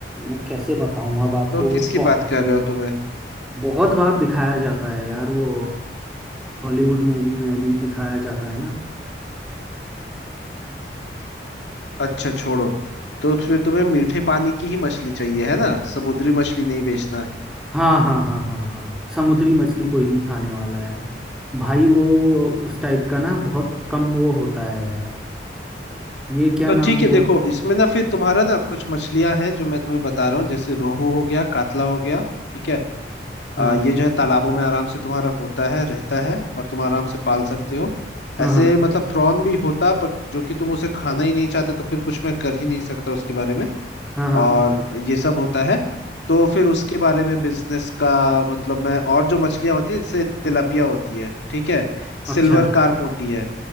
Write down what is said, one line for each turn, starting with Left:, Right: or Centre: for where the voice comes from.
Centre: मैं कैसे बताऊं अब आपको
Left: तो
Centre: वो
Left: किसकी
Centre: बहुत
Left: बात कर रहे हो तुम्हें
Centre: बहुत बार दिखाया जाता है यार वो हॉलीवुड मूवी में भी दिखाया जाता है ना
Left: अच्छा छोड़ो तो फिर तुम्हें मीठे पानी की ही मछली चाहिए है ना समुद्री मछली नहीं बेचना है
Centre: हाँ हाँ हाँ हाँ हाँ समुद्री मछली कोई नहीं खाने वाला है भाई वो उस टाइप का ना बहुत कम वो होता है यार ये क्या
Left: तो
Centre: नाम
Left: ठीक है
Centre: वो
Left: देखो इसमें ना फिर तुम्हारा ना कुछ मछलियां हैं जो मैं तुम्हें बता रहा हूँ जैसे रोहू हो गया कातला हो गया ठीक है
Centre: हाँ
Left: आ, ये जो है तालाबों में आराम से तुम्हारा होता है रहता है और तुम आराम से पाल सकते हो
Centre: हाँ
Left: ऐसे
Centre: हाँ
Left: मतलब प्रॉन भी होता पर जो कि तुम उसे खाना ही नहीं चाहते तो फिर कुछ मैं कर ही नहीं सकता उसके बारे में
Centre: हाँ हाँ
Left: और ये सब होता है तो फिर उसके बारे में बिजनेस का मतलब मैं और जो मछलियां होती है जैसे तिलापिया होती है ठीक है
Centre: अच्छा
Left: सिल्वर कार्प होती है